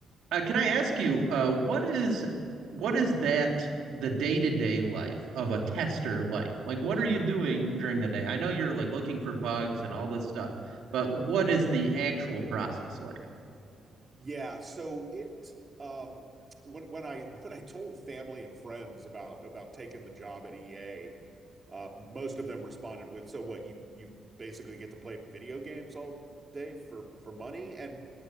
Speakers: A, on the right (about 80°); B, on the right (about 25°).
A: Uh, can I ask you, uh, what is what is that the day to day life of a tester like? Like, what are you doing during the day? I know you're like looking for bugs and all this stuff, but what is the actual process like?
B: Yeah, so it um when when I <laughs> when I told family and friends about about taking the job at EA, uh most of them responded with, "So what, you you basically get to play video games all day for for money?" And